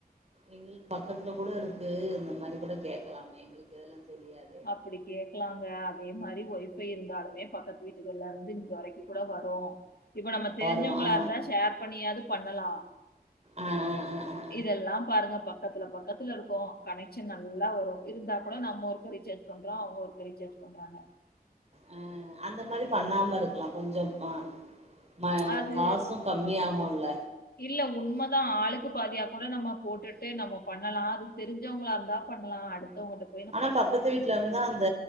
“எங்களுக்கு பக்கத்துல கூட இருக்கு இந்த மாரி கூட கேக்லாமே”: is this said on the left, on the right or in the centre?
Right